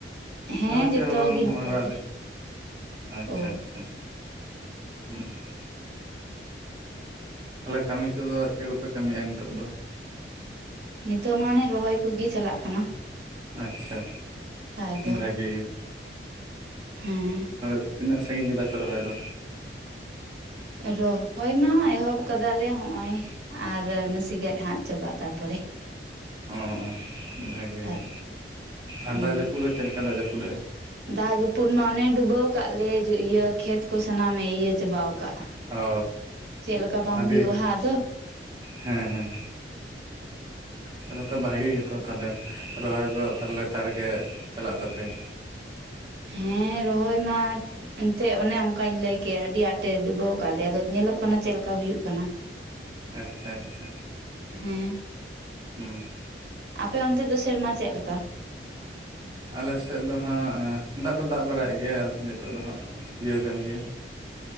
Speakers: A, on the right; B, on the right.
A: ᱦᱮᱸ
B: ᱟᱞᱮ ᱦᱚᱸ
A: ᱡᱚᱛᱚ
B: ᱪᱮᱫ ᱦᱚᱸ ᱵᱟᱝ
A: ᱜᱮ ᱱᱟᱯᱟᱭ
B: ᱱᱚᱚᱭ ᱚᱲᱟᱜ
A: ᱜᱮ
B: ᱨᱮ ᱟᱪᱪᱷᱟ
A: ᱚ
B: ᱟᱪᱪᱷᱟ <unintelligible> ᱛᱟᱦᱚᱞᱮ ᱠᱟᱹᱢᱤ ᱠᱚᱫᱚ ᱪᱮᱫ ᱠᱚᱯᱮ ᱠᱟᱹᱢᱤᱭᱜᱼᱟ ᱱᱤᱛᱚᱜ ᱫᱚ?
A: ᱱᱤᱛᱚᱜ ᱢᱟ ᱟᱱᱮ ᱨᱚᱦᱚᱭ ᱠᱚᱜᱮ ᱪᱟᱞᱟᱜ ᱠᱟᱱᱟ᱾
B: ᱟᱪᱪᱷᱟ
A: ᱠᱷᱟᱡ ᱫᱚ
B: ᱵᱷᱟᱹᱜᱮ
A: ᱦᱮᱸ
B: ᱟᱨ- ᱛᱤᱱᱟᱜ ᱥᱟᱺᱜᱤᱧ ᱠᱮᱫᱟᱯᱮ ᱨᱚᱦᱚᱭ ᱫᱚ?
A: ᱨᱚᱦᱚᱭ ᱢᱟ ᱮᱦᱚᱵ ᱟᱠᱟᱫᱟᱞᱮ ᱦᱚᱸᱜ ᱱᱚ-ᱚᱭ ᱟᱨ ᱱᱟᱥᱮ ᱜᱟᱱ ᱦᱟᱜ ᱪᱟᱵᱟᱜᱼᱟ ᱛᱟᱨᱯᱚᱨᱮ
B: ᱚ ᱵᱷᱟᱜᱤ
A: ᱠᱷᱟᱡ
B: ᱜᱮ ᱟᱨ
A: ᱦᱮᱸ
B: ᱫᱟᱜ ᱡᱟᱹᱯᱩᱫ ᱫᱚ ᱪᱮᱫ ᱞᱮᱠᱟ ᱫᱟᱜ ᱡᱟᱹᱯᱩᱫᱟᱜᱼᱟ?
A: ᱫᱟᱜ ᱡᱟᱹᱯᱩᱫ ᱢᱟ ᱚᱱᱮ ᱰᱩᱵᱟᱹᱣ ᱟᱠᱟᱫ ᱞᱮ ᱤᱭᱟᱹ ᱠᱷᱮᱛ ᱠᱚ ᱥᱟᱱᱟᱢᱮ ᱤᱭᱟᱹ ᱪᱟᱵᱟᱣ ᱟᱠᱟᱫ
B: ᱚ
A: ᱪᱮᱫᱞᱮᱠᱟ ᱵᱟᱝ
B: ᱟᱹᱰᱤ
A: ᱦᱩᱭᱩᱜᱼᱟ ᱦᱟᱸᱜ ᱟᱫᱚ
B: ᱦᱮᱸ ᱦᱮᱸ ᱛᱟᱦᱚᱞᱮ ᱛᱚ ᱵᱷᱟᱜᱤ ᱜᱮᱛᱚ ᱛᱟᱦᱞᱮ ᱨᱚᱦᱚᱭ ᱫᱚ ᱛᱟᱦᱚ ᱞᱮᱛᱟᱲ ᱜᱮ ᱪᱟᱞᱟᱜ ᱛᱟᱯᱮᱭᱟ᱾
A: ᱦᱮᱸ ᱨᱚᱦᱚᱭ ᱢᱟ ᱮᱱᱛᱮᱫ ᱚᱱᱮ ᱚᱱᱠᱟᱧ ᱞᱟᱹᱭᱠᱮ ᱟᱹᱰᱤᱰᱤ ᱟᱸᱴᱮ ᱰᱩᱵᱟᱹᱣ ᱟᱠᱟᱫ ᱞᱮᱭᱟ ᱟᱫᱚ ᱧᱮᱞᱚᱜ ᱠᱟᱱᱟ ᱪᱮᱫᱠᱟ ᱦᱩᱭᱩᱜ ᱠᱟᱱᱟ᱾
B: ᱟᱪᱪᱷᱟ ᱟᱪᱪᱷᱟ᱾
A: ᱦᱮᱸ
B: ᱦᱮᱸ
A: ᱟᱯᱮ ᱚᱱᱛᱮ ᱫᱚ ᱥᱮᱨᱢᱟ ᱪᱮᱫ ᱞᱮᱠᱟ?
B: ᱟᱞᱮᱥᱮᱫ ᱫᱚ ᱦᱟᱸᱜ ᱫᱟᱜ ᱫᱚ ᱫᱟᱜ ᱵᱟᱲᱟᱭ ᱜᱮᱭᱟ ᱟᱨ ᱱᱤᱛᱳ ᱫᱚ ᱦᱟᱸᱜ ᱤᱭᱟᱹ ᱠᱟᱱ ᱜᱮ